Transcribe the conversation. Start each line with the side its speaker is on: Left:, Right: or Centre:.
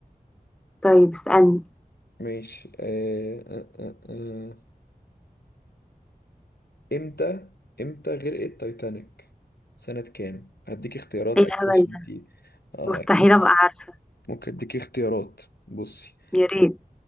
Centre: طيب اسألني
Left: ماشي آه، آه، آه، آه. امتى امتى غرقت تايتانيك سنة كام هديك اختيارات
Centre: ايه
Left: اكيد
Centre: الهبل
Left: عشان
Centre: ده
Left: دي آه
Centre: مستحيل
Left: ممكن
Centre: ابقى عارفة
Left: ممكن اديك اختيارات بصي
Centre: يا ريت